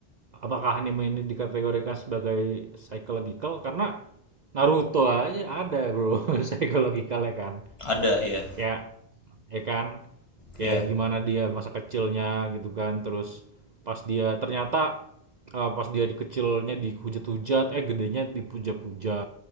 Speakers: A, on the right (about 50°); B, on the left (about 25°).
A: apakah anime ini dikategorikan sebagai psychological? Karena Naruto aja ada bro <laughs> psychological ya kan.
B: ada ya
A: Kayak ya kan kayak
B: iya
A: gimana dia masa kecilnya gitu kan terus pas dia ternyata eh, pas dia di kecilnya dihujat-hujat eh gedenya dipuja-puja